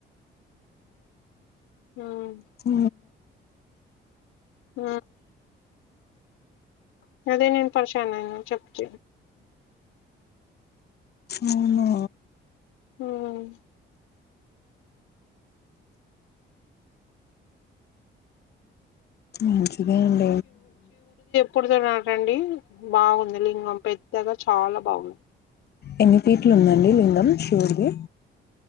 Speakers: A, on the left; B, on the left.
A: ఉమ్
B: హ
A: హ అదే నేను పరిచానును చెప్పను
B: అవును
A: హమ్
B: మంచిదండ
A: పడుతున్నటండి బాగుంది లింగం పెద్ద గా చాలా బాగున్నాయి
B: ఎన్ని పీట్లు ఉందండి లింగం వుడికి